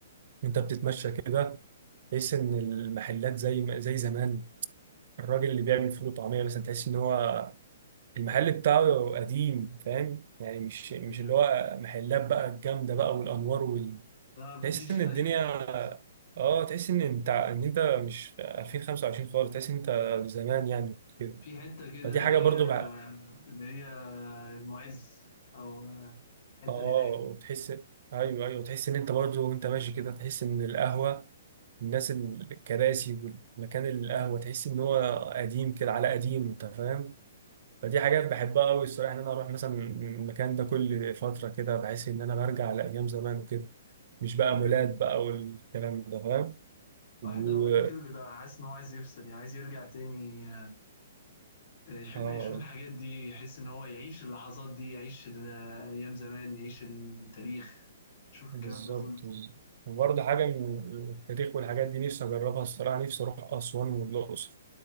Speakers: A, on the right; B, on the left.
A: انت بتتمشى كده تحس ان المحلات زي زي زمان الراجل اللي بيعمل فول وطعميه مثلا تحس ان هو المحل بتاعه قديم فاهم يعني مش مش
B: أيوة.
A: اللي هو محلات بقى الجامده بقى والانوار وال...
B: لا مفيش
A: تحس ان
B: اي
A: الدنيا اه تحس ان انت ان انت مش في 2025 خالص تحس ان انت زمان يعني كده
B: في حتة كده
A: فدي
B: اللي
A: حاجه برضو
B: هي
A: بقى
B: اللي هي المعز او الحتة
A: اه
B: اللي هناك دي.
A: وتحس ايوه ايوه تحس ان انت برضو وانت ماشي كده تحس ان القهوه الناس الكراسي والمكان القهوه تحس ان هو قديم كده على قديم انت فاهم فدي حاجات بحبها قوي الصراحه ان انا اروح مثلا المكان ده كل فتره كده بحس ان انا برجع لايام زمان وكده مش بقى
B: أيوة.
A: مولات بقى والكلام ده فاهم و...
B: واحد اوقات كده بيبقى حاسس ان هو عايز يفصل يعني عايز يرجع تاني يحب
A: اه
B: يشوف الحاجات دي يحس ان هو يعيش اللحظات دي يعيش ال- ايام زمان يعيش التاريخ يشوف
A: بالظبط
B: الكلام ده كله
A: وبرضه حاجه من التاريخ والحاجات دي نفسي اجربها الصراحه نفسي اروح اسوان والاقصر